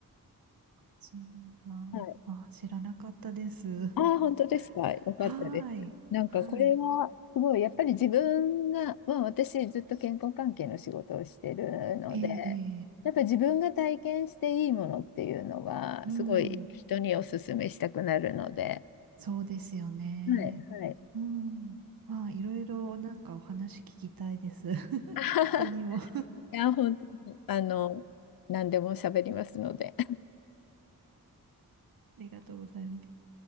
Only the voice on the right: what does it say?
そうなんだ。
あ、知らなかったです。
<laughs>
はーい。
はい。
ええ、ええ
うん。
そうですよね。
うん。まあ、いろいろなんかお話聞きたいです。<laughs>
他にも。<laughs> あ
りがとうございます。